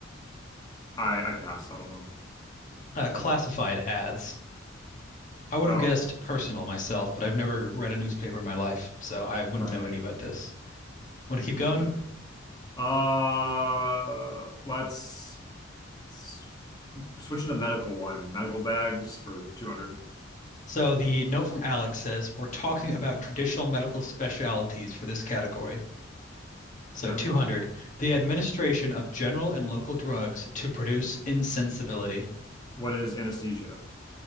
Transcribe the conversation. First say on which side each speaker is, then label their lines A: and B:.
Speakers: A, on the left (about 20°); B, on the left (about 40°).
A: I I pass. I don't know.
B: Uh, classified ads. I would
A: Oh,
B: have guessed personal myself, but I've never read a newspaper in my life, so I wouldn't
A: right.
B: know any about this. Want to keep
A: Me
B: going?
A: neither. Uh, let's s- switch to the medical one. Medical bags for 200.
B: So the note from Alex says, we're talking about traditional medical specialties for this category. So
A: Okay.
B: 200, the administration of general and local drugs to produce insensibility.
A: What is anesthesia?